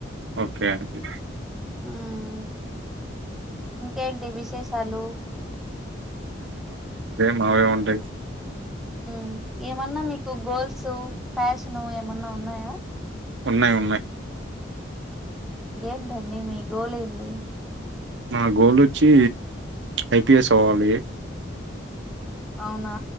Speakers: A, on the right; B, in the centre.
A: ఓకే అండి
B: మ్ ఇకేంటి విషేశాలు
A: మావెం ఉంటాయి
B: మ్ ఏమన్నా మీకు గోల్స్ ప్యాషను ఏమన్నా ఉన్నాయా
A: ఉన్నాయి ఉన్నాయి్
B: ఏంటండి మీ గోల్ ఏంది
A: నా గోల్ వచ్చి ఐపిఎస్ అవ్వాలి
B: అవునా